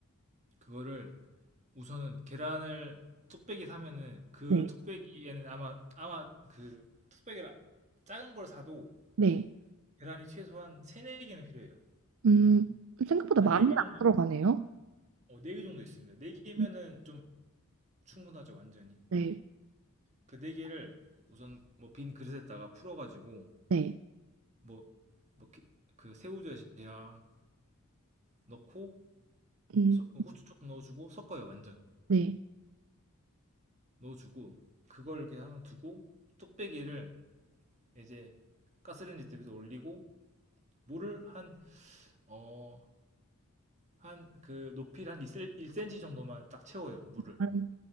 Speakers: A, on the right; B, on the right.
A: 그거를 우선은 계란을 뚝배기 사면은 그
B: 네.
A: 뚝배기에는 아마 아마 그 뚝배기를 작은 걸 사도
B: 네.
A: 계란이 최소한 3-4개는 필요해요.
B: 음, 생각보다
A: 한
B: 많이
A: 4개
B: 안
A: 정도,
B: 들어가네요.
A: 어, 네 개 정도 있습니다. 4개면은
B: 음,
A: 좀 충분하죠, 완전히.
B: 네.
A: 그 4개를 우선 뭐 빈 그릇에다가 풀어가지고,
B: 네.
A: 뭐, 뭐, 게- 그 새우젓이랑 넣고,
B: 음,
A: 소- 후추 조금 넣어주고, 섞어요, 완전.
B: 네.
A: 넣어주고, 그걸 이렇게 하나 두고, 뚝배기를 이제 가스레인지 때 위에 올리고, 물을 한, 어, 한 그 높이를 한 1cm 정도만 딱 채워요, 물을.
B: 안-